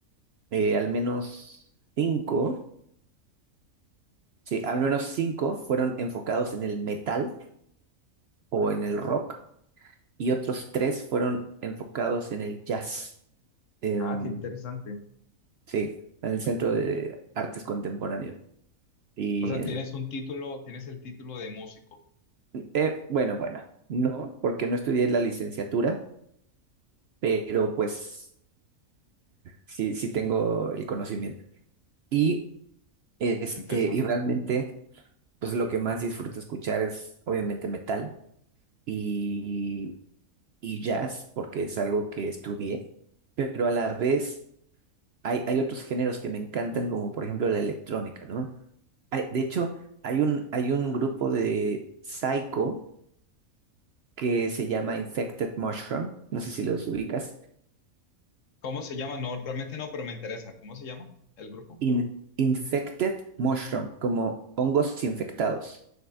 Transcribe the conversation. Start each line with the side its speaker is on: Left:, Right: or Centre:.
Right: eh, al menos cinco, sí, al menos cinco fueron enfocados en el metal o en el rock y otros tres fueron enfocados en el jazz. Em,
Left: Ah, qué interesante.
Right: sí, en el Centro de Artes Contemporáneas. Y
Left: O sea, tienes un título, tienes el título de músico.
Right: eh, bueno, bueno, no, porque no estudié la licenciatura, pero pues sí, sí tengo el conocimiento. Y este,
Left: Qué interesante.
Right: y realmente, pues lo que más disfruto escuchar es obviamente metal y, y jazz, porque es algo que estudié, pero a la vez hay, hay otros géneros que me encantan, como por ejemplo la electrónica, ¿no? Hay, de hecho, hay un, hay un grupo de psycho que se llama Infected Mushroom, no sé si los ubicas
Left: ¿Cómo se llama? No, realmente no, pero me interesa. ¿Cómo se llama el grupo?
Right: in- infected mushroom, como hongos infectados,